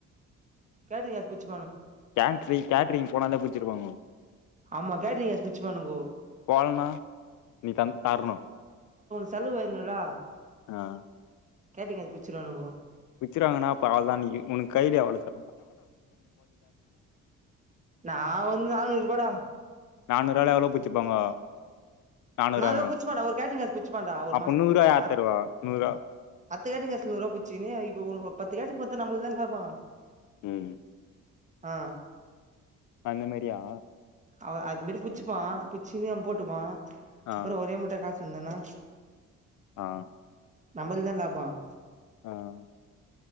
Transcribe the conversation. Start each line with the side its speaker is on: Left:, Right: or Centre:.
Right: கேட்டறிங் கசு பிச்சு
Left: கேட்ரி கேட்ரிங் போனாலே பிச்சுருப்பாங்க
Right: ஆமா கேட்டறிங் கசு பிச் பண்ணுங்க
Left: போளன நீ தர்ணோம்
Right: செலவுஆயிரன்னுலா
Left: ஆஹ்
Right: கேட்டீங்க அ பிச்சிருவனுபவ
Left: விச்சருாங்கன்னா அப்ப அவளதான் நீ உனக்கு கையலே அவ்ளுக்கு
Right: நா வந்து நானூறு ரூபாடா
Left: நானூறுவால எவ்ளோ புச்சுப்பாங்க நானூறுவாயு
Right: நா ரூபா பிச்சு போன்டா ஒரு கேட்டரிங்க ஆடர் புடிச்சு போண்டா ஒரு
Left: அப்ப
Right: மாசத்துகு
Left: நூறுவா யார் தருவா நூறுவா
Right: அத்து கேட்டுக்குங்கலூறுூபாிச்சுன்னே இப்ப ஒருத்து கட்டடுக்கு பாரா நமளுக்குதான் லாபம்
Left: ஹம்
Right: ஆஹ்
Left: அந்த மாரியா
Right: அவ அது புடிச்சுபான் புடிச்சுகினு அவன் போட்டுப்பான்
Left: ஆ
Right: அப்பறம் ஒரே மூட்ட காச சுந்தனா
Left: ஆஹ்
Right: நம்மளுக்கு தான் லாபம்
Left: ஆஹ்